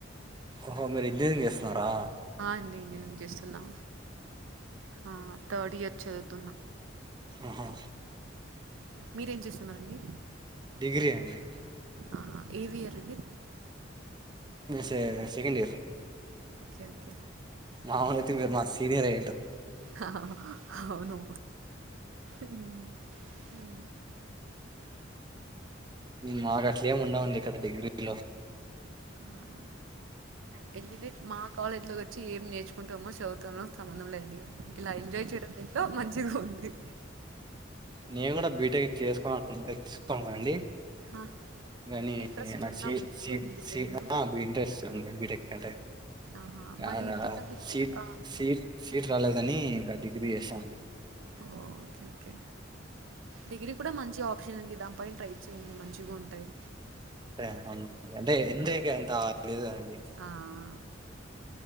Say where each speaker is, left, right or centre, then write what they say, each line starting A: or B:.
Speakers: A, on the right; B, on the right.
A: ఓహో మీరు ఇంజనీరింగ్ జేస్తున్నారా.
B: ఆహ్ అండి ఇంజనీరింగ్ చేస్తున్నా ఆహ్ థర్డ్ ఇయర్ చదువుతున్న.
A: ఆహా.
B: మీరేం చేస్తున్నారండి.
A: డిగ్రీ అండి.
B: ఆహ్ ఏ వియర్ అండి.
A: సె సెకండ్ ఇయర్.
B: Okay okay.
A: మాములుగా అయితే మీరు మా సీనియరే.
B: హహహ అవును ఉమ్ ఉమ్.
A: మాకు అట్లేముండవు అండి ఇక్కడ డిగ్రీలో.
B: ఆహ్ డిగ్రీ మా కాలేజీ లో కద్. ఒచ్చి ఏం నేర్చుకుంటామో సదువుతామో సంబధంలేదండి. ఇలా ఎంజాయ్ చేయడం ఏంటో మంచిగా ఉంది.
A: నేను కూడా బీటెక్ చేసుకో <inaudible> అండి.
B: ఆ
A: నేను ఈ
B: ఇంట్రెస్ట్
A: నాకు
B: ఉందా
A: సి
B: మీకు
A: సి
B: ఇంజనీరింగ్లో
A: సి ఆహ్ బీటెక్ అంటే
B: ఆహా
A: <unintelligible>
B: మరి
A: అంటే
B: ఎందుకండి కి
A: సీట్
B: ఆ
A: సీట్ సీట్ రాలేదని గాడి. ఇది చేసామండి.
B: ఓ ఓకే ఓకే. డిగ్రీ కూడా మంచి ఆప్షన్ అండి దానిపై ట్రై చేయండి మంచిగా ఉంటాయి.
A: అను అంటే ఎంజాయ్ కి అంత. లేదండి
B: ఆహ్.